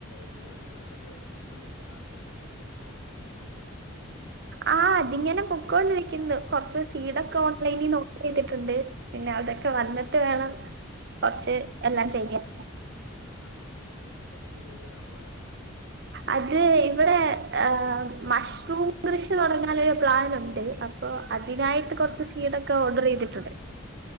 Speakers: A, on the left; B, on the right.
A: ഇത് നടന്ന കാര്യാേ ചെടി ഗാർഡനിൻ താെടെങ്ങുന്ന കാര്യാെക്കെ എന്തായി?
B: ആഹ് അതി ഇങ്ങെനെ പൊക്കൊണ്ടിരിക്ക്ന്ന് കൊർച്ച് സീഡൊക്കെ ഓൺലൈനി നോക്ക്യ്തി ട്ട്ണ്ട് പിന്നെ അതൊക്കെ വന്നിട്ട് വേണം കൊർച്ച് എല്ലാം ചെയ്യാൻ
A: ആണോ ഏത് സെറ്റെപ്പില് ചെയ്യാനാ പ്ലാൻ?
B: അത് ഇവിടെ ഏഹ് മഷ്‌റൂം കൃഷി തൊടെങ്ങാനൊരു പ്ലാനുണ്ട് അ പ്പോ അതിനായിട്ട് കാെർച്ച് സീഡൊക്കെ ഓഡെറെയ്തിട്ടുണ്ട്